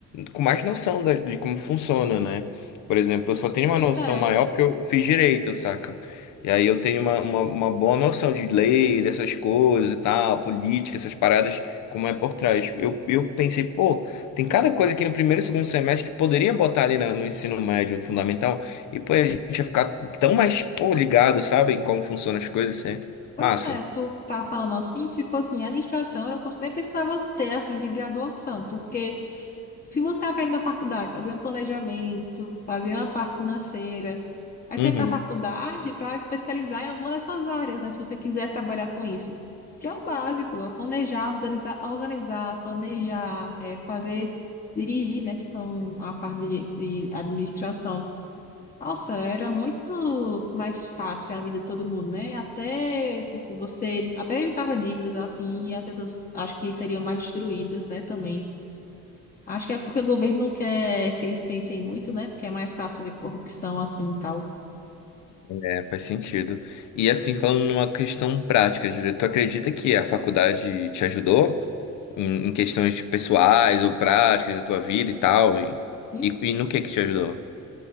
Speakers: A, on the left; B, on the left.
A: com mais noção da- de como funciona, né? Por exemplo, eu só tenho
B: Pois
A: uma noção
B: é,
A: maior porque eu fiz direito, saca? E aí eu tenho uma, uma, uma boa noção de lei, dessas coisas e tal, política, essas paradas como é por trás. Eu, eu pensei, pô, tem cada coisa aqui no primeiro e segundo semestre que poderia botar ali na- no ensino médio fundamental, e pô, a gente ia ficar tão mais, pô, ligado, sabe, em como funcionam as coisas, assim.
B: pois
A: Massa.
B: é. Tu tá falando assim, tipo assim, administração era um curso que nem precisava ter, assim, de graduação, porque se você aprende na faculdade, fazer um planejamento, fazer uma parte financeira, aí você
A: Uhum.
B: vai para a faculdade para especializar em alguma dessas áreas, né? Se você quiser trabalhar com isso. Que é o básico, é planejar, organizar, organizar, planejar, é, fazer, dirigir, né? Que são a parte de de administração. Nossa, era muito mais fácil a vida de todo mundo, né? Até, tipo, você até evitava dívidas assim, e as pessoas acho que seriam mais destruídas, né, também. Acho que é porque o governo não quer que eles pensem muito, né? Porque é mais fácil fazer corrupção assim e tal.
A: É, faz sentido. E assim, falando numa questão prática, Júlia, tu acredita que a faculdade te ajudou em, em questões pessoais ou práticas da tua vida e tal? E,
B: Hum?
A: e, e no que que te ajudou?